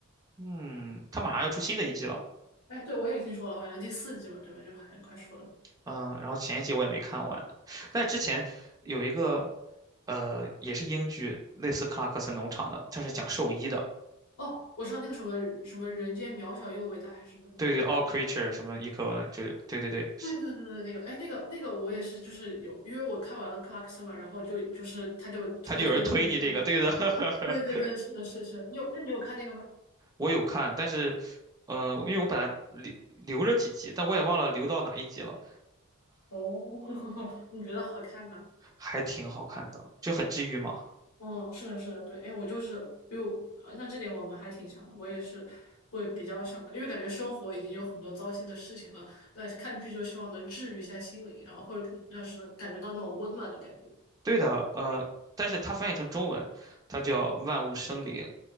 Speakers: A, on the right (about 15°); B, on the left (about 75°).
A: 嗯，他马上要出新的一季了，
B: 哎，对，我也听说了，好像第四季嘛，对吧？就好像快出了。
A: 嗯，然后前一季我也没看完，但之前有一个呃也是英剧，类似克拉克森农场的，它是讲兽医的，
B: 哦，我知道那个什么什么人间渺小又伟大，还是什么什么，
A: 对对，All
B: 还是
A: Creature 什么一科文就对对对，是
B: 对对对对，那个，哎，那个那个我也是，就是有，因为我看完了克拉克森嘛，然后就就是他就会推荐你看那个。
A: 他就有人推你这个，对的，<laughs>
B: 对对对，是的，是的是是你有，那你有看那个吗？
A: 我有看，但是，呃，因为我本来留留着几集，但我也忘了留到哪一集了，
B: 哦，<laughs> 你觉得好看吗？
A: 还挺好看的，就很治愈嘛。
B: 哦，是的，是的，对，哎，我就是，比如，呃那这点我们还挺像的，我也是会比较想的，因为感觉生活已经有很多糟心的事情了，那看剧就希望能治愈一下心灵，然后或者让是感觉到那种温暖的感觉。
A: 对的，呃，但是它翻译成中文，它叫《万物生灵》